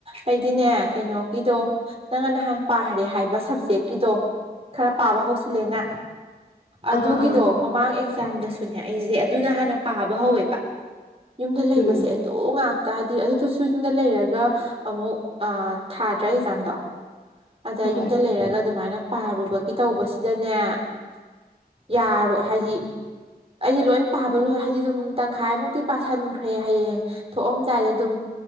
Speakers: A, on the right; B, on the left.
A: ꯑꯩꯗꯤꯅꯦ ꯀꯩꯅꯣꯒꯤꯗꯣ ꯅꯪꯅ ꯅꯍꯥꯟ ꯄꯥꯈꯔꯦ ꯍꯥꯏꯕ ꯁꯕꯖꯦꯛꯀꯤꯗꯣ ꯈꯔ ꯄꯥꯕ ꯍꯧꯁꯤꯜꯂꯦꯅ ꯑꯗꯨꯒꯤꯗꯣ
B: ꯑꯥ ꯑꯥ
A: ꯃꯃꯥꯡ ꯑꯦꯛꯖꯥꯝꯗꯁꯨꯅꯦ ꯑꯩꯁꯤꯗꯤ ꯑꯗꯨꯅ ꯍꯥꯟꯅ ꯄꯥꯕ ꯍꯧꯋꯦꯕ ꯌꯨꯝꯗ ꯂꯩꯕꯁꯦ
B: ꯎꯝ
A: ꯑꯗꯨ ꯉꯥꯛꯇ ꯍꯥꯏꯗꯤ ꯑꯗꯨꯗꯨꯁꯨ ꯌꯨꯝꯗ ꯂꯩꯔꯒ ꯑꯃꯨꯛ ꯊꯥꯗ꯭ꯔꯥ ꯑꯦꯛꯖꯥꯝꯗꯣ ꯑꯗ
B: ꯍꯣꯏ
A: ꯌꯨꯝꯗ ꯂꯩꯔꯒ ꯑꯗꯨꯃꯥꯏꯅ ꯄꯥꯔꯨꯕꯒꯤ ꯇꯧꯕꯁꯤꯗꯅꯦ ꯌꯥꯔꯣ ꯍꯥꯏꯗꯤ ꯑꯩꯗꯤ ꯂꯣꯏ ꯄꯥꯕ ꯂꯣꯏ ꯍꯥꯏꯗꯤ ꯑꯗꯨꯝ ꯇꯪꯈꯥꯏꯃꯨꯛꯇꯤ ꯄꯥꯁꯟꯈ꯭ꯔꯦ ꯍꯌꯦꯡ ꯊꯣꯛꯑꯝꯗꯥꯏꯗ ꯑꯗꯨꯝ